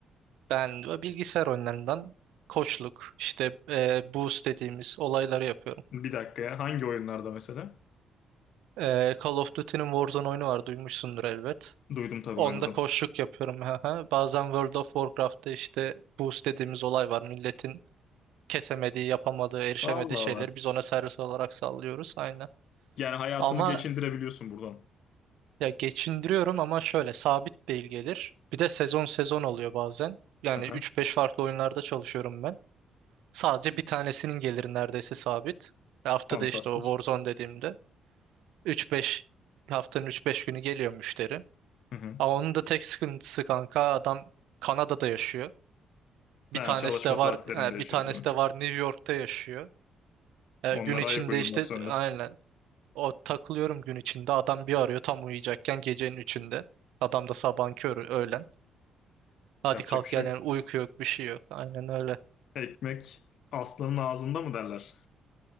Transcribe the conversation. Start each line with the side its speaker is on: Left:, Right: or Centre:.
Right: Ben de bilgisayar oyunlarından koçluk işte e, boost dediğimiz olayları yapıyorum.
Left: Bir dakika ya hangi oyunlarda mesela?
Right: E, Call of Duty'nin Warzone oyunu var duymuşsundur elbet.
Left: Duydum tabii
Right: Onda
Left: oynadım.
Right: koçluk yapıyorum. hı hı. Bazen World of Warcraft'ta işte boost dediğimiz olay var. Milletin kesemediği, yapamadığı, erişemediği
Left: Allah
Right: şeyleri
Left: Allah.
Right: biz ona servis olarak sallıyoruz. Aynen.
Left: Yani hayatını
Right: Ama
Left: geçindirebiliyorsun buradan.
Right: ya geçindiriyorum ama şöyle sabit değil gelir. Bir de sezon sezon oluyor bazen. Yani
Left: Aha,
Right: üç beş farklı oyunlarda çalışıyorum ben. Sadece bir tanesinin geliri neredeyse sabit. Ve Haftada
Left: fantastik.
Right: işte o Warzone dediğimde üç beş haftanın üç beş günü geliyor müşteri.
Left: Hı hı.
Right: Ama onun da tek sıkıntısı kanka adam Kanada'da yaşıyor. Bir
Left: Ha,
Right: tanesi
Left: çalışma
Right: de
Left: saatlerinde
Right: var, e,
Left: yaşıyor
Right: bir tanesi
Left: tabii.
Right: de var New York'ta yaşıyor. E,
Left: Onlara
Right: gün içinde
Left: ayak uydurmak
Right: işte
Left: zorundasın.
Right: aynen o takılıyorum gün içinde. Adam bir arıyor tam uyuyacakken gecenin üçünde. Adam da sabahın körü öğlen. Hadi
Left: Yapacak
Right: kalk
Left: bir şey
Right: gel
Left: yok.
Right: yani uyku yok bir şey yok. Aynen öyle.
Left: Ekmek aslanın ağzında mı derler?